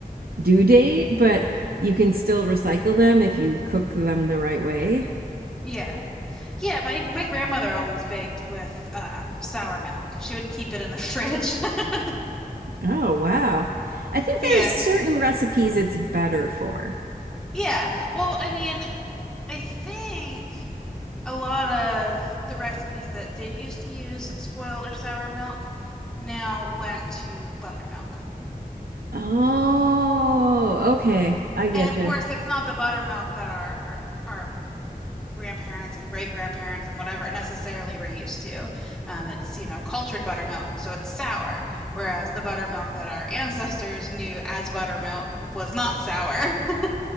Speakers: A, on the right; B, in the centre.
A: due date, but you can still recycle them if you cook them the right way.
B: Yeah. Yeah, my my grandmother always baked with um sour milk. She would keep it in the <laughs> fridge. <laughs>
A: Oh, wow. I think there
B: Yeah.
A: are certain recipes it's better for.
B: Yeah. Well, I mean, I think a lot of the recipes that did used to use spoiled or sour milk now went to buttermilk.
A: Oh, okay. I get
B: And of
A: you.
B: course, it's not the buttermilk that our our grandparents and great grandparents and whatever necessarily were used to. Um, it's, you know, cultured buttermilk, so it's sour, whereas the buttermilk that our ancestors knew as buttermilk was not sour. <laughs>